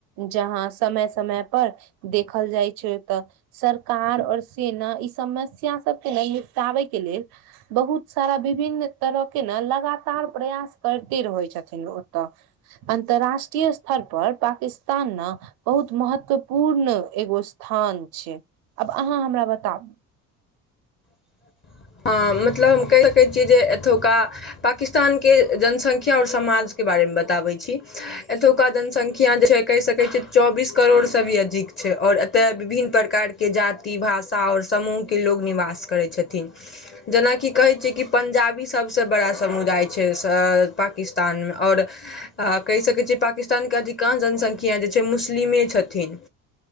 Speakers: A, on the right; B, on the left.
A: जहाँ समय समय पर देखल जाइ छै। तऽ सरकार और सेना ई समस्या सबके ने निपटााबै के लेल बहुत सारा विभिन्न त के ने लगातार प्रयास करिते रहै छथिन ओतऽ अन्तर्राष्ट्रीय स्थर पर पाकिस्तान न बहुत महत्वपूर्ण एगो स्थान छै। आब अहाँ हमरा बताउ
B: <inaudible> हँ, मतलब हम कहि सकैत छियै। जे एतुका पाकिस्तानके जनसंख्या और समाज बारे मे बताबै छी। एतुका जनसंख्या जे छै। कहि सकैत छी। चौबीस करोड़ से‌भी अधिक छै। और तऽ विभिन्न प्रकारके जाति भाषा और समूहके लोक निवास करै छथिन। जेनाकि कहै छियै कि पंजाबी सभसँ बड़ा समुदाय छै। पाकिस्तानमे और आ कहि सकैत छियै। पाकिस्तानके अधिकांश जनसंख्या जे छै। मुस्लिमे छथिन